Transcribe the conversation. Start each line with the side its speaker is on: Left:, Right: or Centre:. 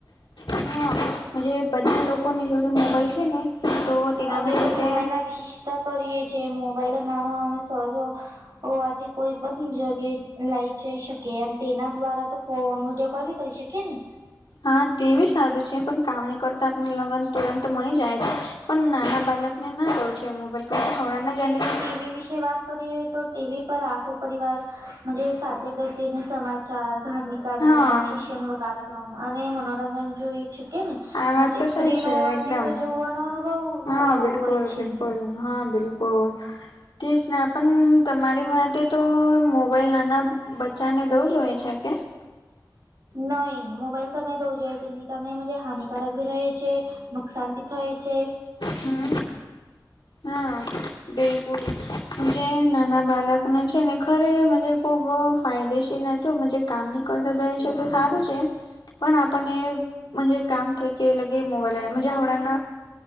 Left: હા, જે બધા લોકોની જોડે મોબાઈલ છે ને, તો તેના
Right: હવે
Left: મે પોતે
Right: તો મોબાઈલના વિશિષ કરીએ છી, મોબાઈલો નાનો અને સહજો હોવાથી કોઈ પણ જગ્યા લઈ જઈ શકે, અને તેના દ્વારા તો ફોન વિડીયો કોલ બી કરી શકીએ ને.
Left: હા, તે બી સારું છે, પણ કામ ન કરતા આપને લગ્ન તુરંત મળી જાય છે. પણ નાના બાળકને ના દઉં છું, એ મોબાઈલ કમ કે હમણાંં જનરેશન
Right: એવી વિશે વાત કરી તો, ટીવી પર આખો પરિવાર સાથે બેસીને સમાચાર, ધાર્મિક કાર્યક્રમ,
Left: હા
Right: શિક્ષણ કાર્યક્રમ અને મનોરંજન જોઈ કે ને
Left: આ વાત
Right: મોટી
Left: તો
Right: સ્ક્રીન
Left: સહી છે
Right: હોવાથી
Left: એકદમ
Right: તો, જોવાનો અનુભવ
Left: હા,
Right: સારો
Left: બિલકુલ,
Right: હોય છે.
Left: બિલકુલ, હા બિલકુલ. તેસ ના પણ તમારી માટે તો મોબાઈલ નાના બચ્ચાને દવું જો હોએ છે. ત કે <unintelligible>
Right: નહી મોબાઈલ તો નહી દઉ જો, તે નની ક નજ હાનિકારક ભી રહે છે. નુકસાન બી થાય છે.
Left: હમ હા, બિલકુલ. જે નાના બાળક ના છે ને, ખરે ખુબ ફાયદેશીલ હતું. કામ નની કરતા દે છે, તો સારું છે. પણ આપણ ને કામ થ કે, લગે મોબાઈલ હ.